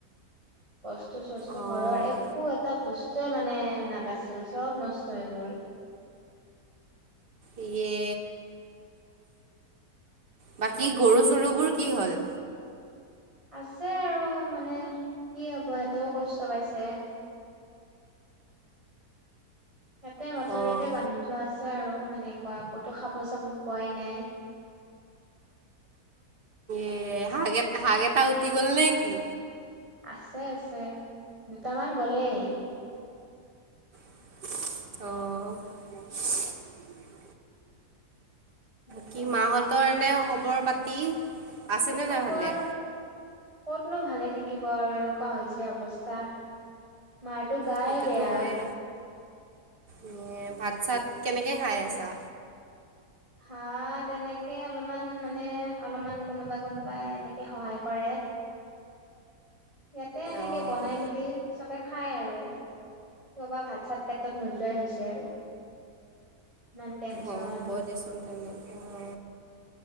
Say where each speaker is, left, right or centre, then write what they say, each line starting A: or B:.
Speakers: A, on the right; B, on the right.
A: বস্তু চস্তু
B: অ',
A: ঘৰৰ একো এটা বস্তুৱে মানে নাবাচিল চব নষ্ট হৈ গ'ল। <inaudible>
B: এয়ে বাকী
A: এনেকুৱা
B: গৰু চৰু বোৰ কি হ'ল?
A: আছে আৰু মানে কি হ'ব সেইটো কষ্ট পাইছে। ইয়াতে মাথাউৰিতে
B: অ',
A: বান্ধি থোৱা আছে। আৰু সেনেকুৱা আকৌতো খাব চাব পোৱাই নাই।
B: এ শাক এ শাক এটা উটি গল নে কি?
A: আছে আছে দুটামান গলেই।
B: অঁ'।
A: এনেকুৱা
B: কি মাহঁতৰ এনে খবৰ পাতি আছে
A: খবৰ
B: নে নাই ভালে?
A: কতনো ভালে থাকিব আৰু এনেকুৱা হৈছে অৱস্থা। মাৰতো গাই
B: সেইটোতো
A: বেয়া
B: হয়ে এ ভাত চাত কেনেকে খাই আছা।
A: হা তেনেকে অলপমান মানে অলপমান কোনোবাই কোনোবাই এনেকে সহায় কৰে। ইয়াতে এনেকে
B: অ',
A: বনাই মেলি চবে খায় আৰু। কবা ভাত চাত পেটত নোযোৱাই হৈছে আৰু। ইমান টেনচন
B: অ হ'ব দেচোন তেনেকে অ।